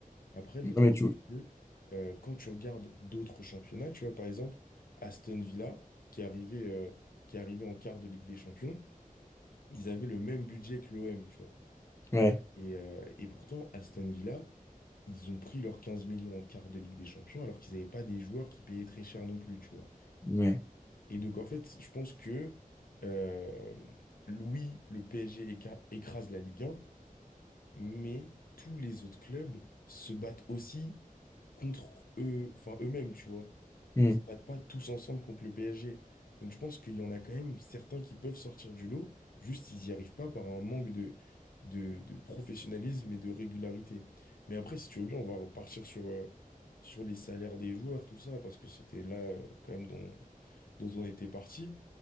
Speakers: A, on the left; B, on the left.
A: Après, le truc,
B: Non, mais tu...
A: c'est que euh, quand tu regardes d'autres championnats, tu vois, par exemple, Aston Villa, qui est arrivé, euh, qui est arrivé en quart de Ligue des Champions, ils avaient le même budget que l'OM, tu vois.
B: Ouais.
A: Et, euh, et pourtant, Aston Villa, ils ont pris leurs 15 millions en quart de Ligue des Champions, alors qu'ils n'avaient pas des joueurs qui payaient très cher non plus, tu vois.
B: Ouais.
A: Et donc, en fait, je pense que, euh, oui, le PSG éca- écrase la Ligue 1, mais tous les autres clubs se battent aussi contre eux, enfin eux-mêmes, tu vois.
B: Mm.
A: Ils se battent pas tous ensemble contre le PSG. Donc je pense qu'il y en a quand même certains qui peuvent sortir du lot, juste ils n'y arrivent pas par un manque de, de, de professionnalisme et de régularité. Mais après, si tu veux bien, on va repartir sur, euh, sur les salaires des joueurs, tout ça, parce que c'était là euh, quand même dont, dont on était parti.